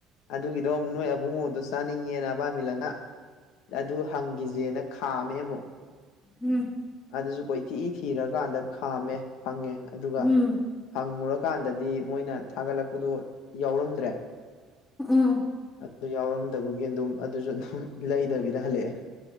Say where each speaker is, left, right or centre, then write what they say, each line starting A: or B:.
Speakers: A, on the left; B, on the left.
A: ꯑꯗꯨꯒꯤꯗꯣ ꯑꯃꯨꯛ ꯅꯣꯏ ꯑꯕꯨꯡꯉꯣꯗ ꯆꯥꯅꯤꯡꯉꯦꯅ ꯕꯥꯏꯃꯤꯂꯟꯅ ꯑꯗꯨ ꯍꯪꯒꯤꯁꯦꯅ ꯈꯥꯝꯃꯦ ꯑꯃꯨꯛ
B: ꯎꯝ
A: ꯑꯗꯨꯁꯨ ꯀꯣꯏꯊꯤ ꯊꯤꯔꯀꯥꯟꯗ ꯈꯥꯝꯃꯦ ꯐꯪꯉꯦ ꯑꯗꯨꯒ
B: ꯎꯝ
A: ꯍꯪꯉꯨꯔꯀꯥꯟꯗꯗꯤ ꯃꯣꯏꯅ ꯊꯥꯒꯠꯂꯛꯄꯗꯨ ꯌꯥꯎꯔꯝꯗ꯭ꯔꯦ
B: ꯎꯝ
A: ꯑꯗꯨ ꯌꯥꯎꯔꯝꯗꯕꯒꯤ ꯑꯗꯨꯝ ꯑꯗꯨꯁꯨ ꯑꯗꯨꯝ ꯂꯩꯗꯕꯤꯗ ꯍꯜꯂꯛꯑꯦ